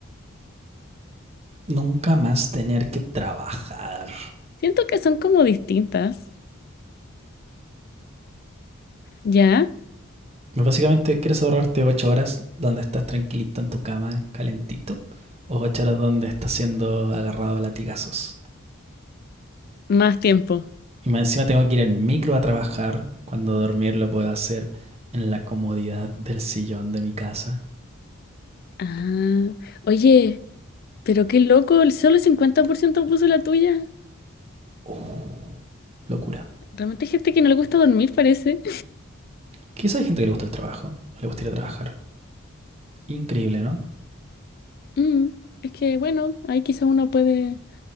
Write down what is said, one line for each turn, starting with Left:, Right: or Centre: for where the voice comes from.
Right: Nunca más tener que trabajar.
Left: Siento que son como distintas. Ya.
Right: Básicamente, ¿quieres ahorrarte 8 horas donde estás tranquilito en tu cama, calentito? ¿O 8 horas donde estás siendo agarrado a latigazos?
Left: Más tiempo.
Right: Y más encima tengo que ir en micro a trabajar. Cuando dormir lo puedo hacer en la comodidad del sillón de mi casa.
Left: Ah. Oye. Pero qué loco, el solo el 50% puso la tuya.
Right: Uh, locura.
Left: Realmente hay gente que no le gusta dormir, parece.
Right: Quizá hay gente que le gusta el trabajo, o le gusta ir a trabajar. Increíble, ¿no?
Left: Mm, es que, bueno, ahí quizás uno puede,